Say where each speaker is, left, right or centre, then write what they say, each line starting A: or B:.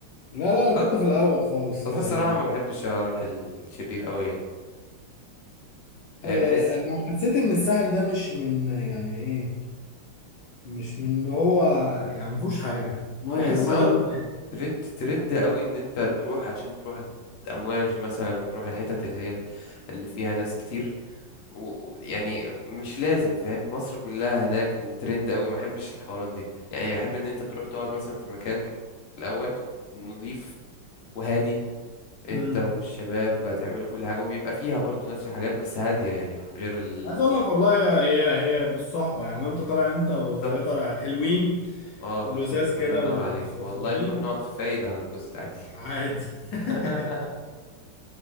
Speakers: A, on the left; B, on the left.
A: لا لا انا
B: لا
A: كنت في الاول خالص
B: بس
A: يعني
B: الصراحة ما بحبش اروح الشرير قوي يعني يعني
A: آه،
B: بحس
A: انا حسيت ان الساحل ده مش من يعني ايه مش من إن هو يعني ما فيهوش حاجه ميه
B: بحس
A: ميه
B: اه
A: لونها حلو
B: ترند ترند قوي ان انت تروح عشان تروح امواج مثلا وتروح الحتت اللي هي اللي فيها ناس كتير و... و- يعني مش لازم فاهم مصر كلها هناك وترند قوي ما احبش الحوارات دي يعني احب ان انت تروح تقعد مثلا في مكان الاول نضيف وهادي انت
A: امم
B: والشباب هتعملوا كل حاجة وبيبقى فيها برضو نفس الحاجات بس هادية يعني من غير ال
A: عايز اقول لك والله هي هي بالصحبه يعني لو انت طالع انت وثلاثه
B: بالظبط
A: حلوين
B: اه بالظبط
A: لزاز كده
B: الله ينور
A: وفرفوشين
B: عليك والله نروح نقعد في فايدة هنتبسط عادي
A: عادي
B: <laughs>
A: <laughs>